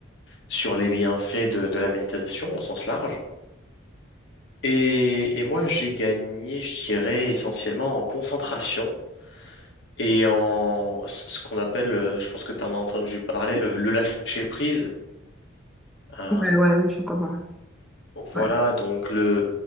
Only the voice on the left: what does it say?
sur les bienfaits de de la méditation au sens large. Et, et moi, j'ai gagné, je dirais, essentiellement en concentration et en ce ce qu'on appelle, euh, je pense que tu en as entendu parler, le, le lâcher-prise. Euh,
voilà,
donc le,